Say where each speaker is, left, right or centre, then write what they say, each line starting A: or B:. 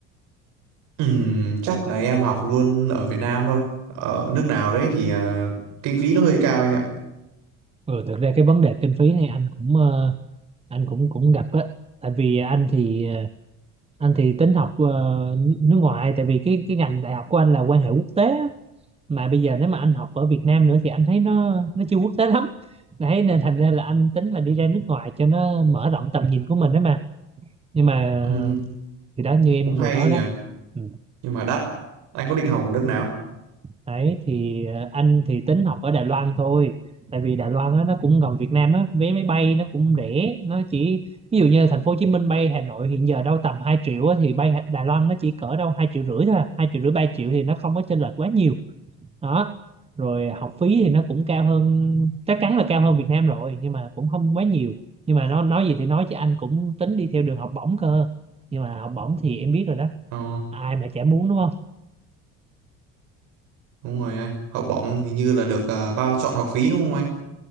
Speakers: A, on the right (about 70°); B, on the right (about 20°).
A: Ừm, chắc là em học luôn ở Việt Nam thôi. Ở nước nào đấy thì ờ, kinh phí nó hơi cao anh ạ.
B: ừ, thực ra cái vấn đề kinh phí này anh cũng ờ, anh cũng cũng gặp á tại vì anh thì ờ, anh thì tính học ờ, nước ngoài tại vì cái cái ngành đại học của anh là quan hệ quốc tế á. mà bây giờ nếu mà anh học ở Việt Nam nữa thì anh thấy nó nó chưa quốc tế lắm đấy nên thành ra là anh tính là đi ra nước ngoài cho nó mở rộng tầm nhìn của mình đấy mà nhưng mà
A: Ừm,
B: thì đó như em
A: cũng hay
B: vừa nói
A: anh nhỉ,
B: đó ừ.
A: nhưng mà đắt. Anh có định học ở nước nào?
B: đấy thì ờ, anh thì tính học ở Đài Loan thôi tại vì Đài Loan á, nó cũng gần Việt Nam á vé máy bay nó cũng rẻ nó chỉ ví dụ như thành phố Hồ Chí Minh bay Hà Nội hiện giờ đâu tầm 2 triệu á, thì bay Hà- Đài Loan nó chỉ cỡ đâu hai triệu rưỡi thôi à. hai triệu rưỡi ba triệu thì nó không có chênh lệch quá nhiều đó rồi học phí thì nó cũng cao hơn chắc chắn là cao hơn Việt Nam rồi nhưng mà cũng không quá nhiều nhưng mà nó nói gì thì nói chứ anh cũng tính đi theo đường học bổng cơ nhưng mà học bổng thì em biết rồi đó
A: Ờ,
B: ai mà chả muốn đúng không
A: đúng rồi anh. Học bổng hình như là được ờ, bao chọn học phí đúng không anh?